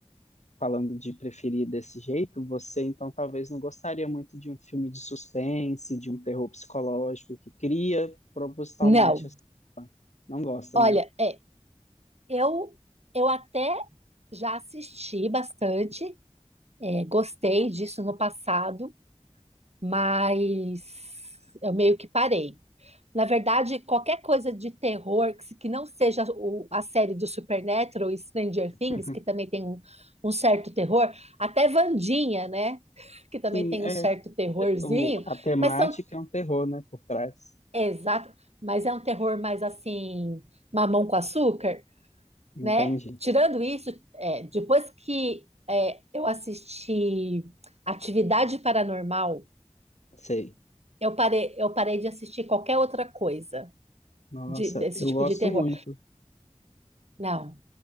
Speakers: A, on the left; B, on the right.
A: falando de preferir desse jeito, você então talvez não gostaria muito de um filme de suspense, de um terror psicológico que cria propositalmente.
B: Não,
A: assim. Não gosta,
B: olha,
A: né?
B: é, eu, eu até já assisti bastante, é, gostei disso no passado, mas eu meio que parei. Na verdade, qualquer coisa de terror que se- que não seja o- a série do Supernatural e Stranger
A: <laughs>
B: Things, que também tem um, um certo terror, até Vandinha, né? <laughs> Que também
A: Sim,
B: tem
A: é.
B: um certo terrorzinho,
A: O, a temática
B: mas são
A: é um terror, né? Por trás.
B: exato, mas é um terror mais assim, mamão com açúcar,
A: Entendi.
B: né? Tirando isso, é, depois que é, eu assisti Atividade Paranormal,
A: Sei.
B: eu parei, eu parei de assistir qualquer outra coisa
A: Nossa,
B: de- desse
A: eu
B: tipo
A: gosto
B: de terror.
A: muito.
B: Não.